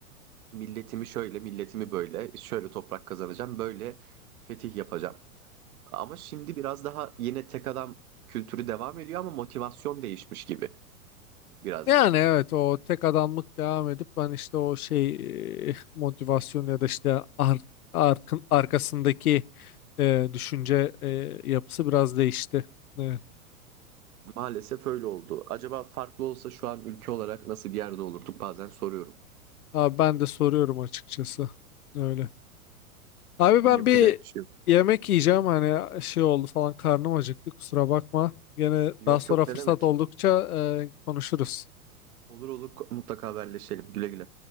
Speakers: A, on the right; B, on the left.
A: milletimi şöyle, milletimi böyle, şöyle toprak kazanacağım, böyle fetih yapacağım. Ama şimdi biraz daha yine tek adam kültürü devam ediyor ama motivasyon değişmiş gibi birazcık.
B: Yani evet o tek adamlık devam edip ben işte o şey eh, motivasyon ya da işte ar, arkın, arkasındaki eh, düşünce eh, yapısı biraz değişti. Evet.
A: Maalesef öyle oldu. Acaba farklı olsa şu an ülke olarak nasıl bir yerde olurduk bazen soruyorum.
B: Abi ben de soruyorum açıkçası. Öyle. Abi
A: Yapacak
B: ben bir
A: bir şey yok.
B: yemek yiyeceğim hani şey oldu falan karnım acıktı kusura bakma. Gene
A: Yok
B: daha sonra
A: yok
B: fırsat
A: ne demek?
B: oldukça eh, konuşuruz.
A: Olur olur mutlaka haberleşelim. Güle güle.